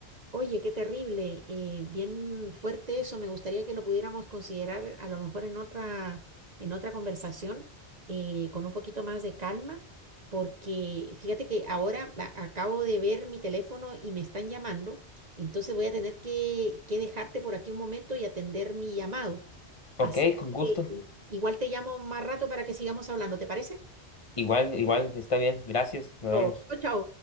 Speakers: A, on the right; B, on the left.
A: Oye, qué terrible, eh, bien fuerte eso. Me gustaría que lo pudiéramos considerar a lo mejor en otra, en otra conversación, eh, con un poquito más de calma, porque fíjate que ahora a- acabo de ver mi teléfono y me están llamando, entonces voy a tener que, que dejarte por aquí un momento y atender mi llamado.
B: Ok,
A: Así
B: con gusto.
A: que igual te llamo más rato para que sigamos hablando, ¿te parece?
B: Igual, igual, está bien. Gracias. Nos
A: Chao,
B: vemos.
A: chao.